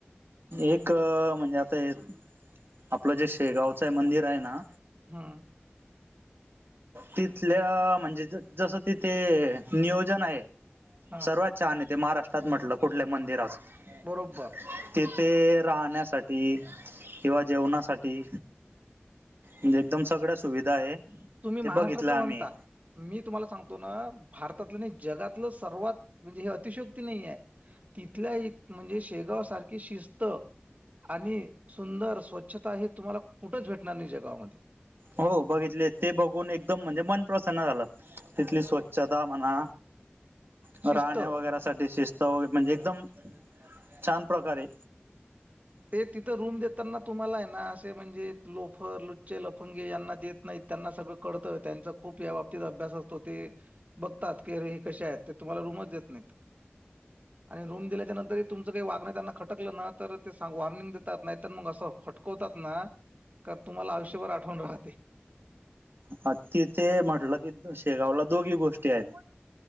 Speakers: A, on the right; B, on the right.
A: एक म्हणजे आता हे आपलं जे शेगावचं आहे मंदिर आहे ना
B: हा
A: तिथल्या म्हणजे जस तिथे नियोजन आहे
B: हा
A: सर्वात चहा न ते महाराष्ट्रात म्हटलं कुठल्या मंदिराचं
B: बरोरोबर
A: तिथे राहण्यासाठी किंवा जेवणासाठी एकदम सगळ्या सुविधा आहे.
B: तुम्ही महाराष्ट्राच
A: ते बघितलं
B: म्हणता,
A: आम्ही
B: मी तुम्हाला सांगतो ना भारतातलं नाही जगातलं सर्वात म्हणजे हे अतिशोक्ती नाहीय हाय तिथल्या इ म्हणजे शेगांव सारखी शिस्त आणि सुंदर स्वच्छता हे तुम्हाला कुठच भेटणार नाही जगामध्ये
A: हो बघितले ते बघून एकदम म्हणजे मन प्रसन्न झालं तिथली स्वच्छता म्हणा हं
B: शिस्त
A: <unintelligible> राहणे वगैरेसाठी शिस्त म्हणजे एकदम छान प्रकारे.
B: ते तिथं रूम देताना तुम्हाला आहे ना, ते म्हणजे लोफर लुचे, लफंगे यांना देत नाहीत, त्यांना सगळं कळतं त्यांचा खूप या बाबतीत अभ्यास असतो. मग ते बघतात की अरे हे कसे आहेत ते तुम्हाला रूमच देत नाही. आणि रूम दिल्याच्या नंतर तुमचं काही वागणं त्यांना खटकलं ना तर सांगून वॉर्निंग देतात नाही तर मग असं फटकवतात ना. का तुम्हाला आयुष्यभर आठवण राहते.
A: हं तिथे म्हटलं की शेगावला दोघी गोष्टी आहेत.